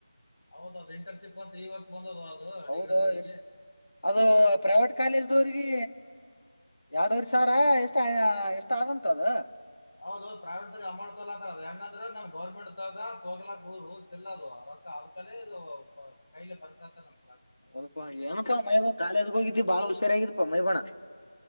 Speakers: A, on the left (about 55°); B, on the left (about 80°).
A: ಹೌದೌದು ಇಂಟರ್ನ್ಶಿಪ್ ಈ ವರ್ಷ ಬಂದದ ಅದು
B: ಹೌದು
A: ಡಿಗ್ರಿದವರಿಗೆ
B: <unintelligible> ಅದು ಪ್ರೈವೇಟ್ ಕಾಲೇಜ್ ಅವದವರಿಗೆ ಎರಡವರೆ ಸಾವಿರ ಎಷ್ಟ ಎಷ್ಟ ಆಗಂತ ಅದ
A: ಹೌದ ಪ್ರೈವೇಟ್ ಅಂಮೌಂಟ್ ತಗೋಳಕಾತಾರ್ ಏಂಗಂದ್ರೆ ನಮ್ ಗೌರ್ಮೆಂಟ್ದಾಗ ತೊಗೊಳಕ್ಕ ರೂಲ್ಸ್ ಇಲ್ಲ ಅದು ರೊಕ್ಕ ಅಕ ಇದು ಕೈಲಿ <unintelligible>
B: <unintelligible> ಕಾಲೇಜ ಹೋಗಿದ್ದಿ ಬಾಳ ಹುಷಾರಾಗಿರಪ್ಪ ಮೈಬಣ್ಣ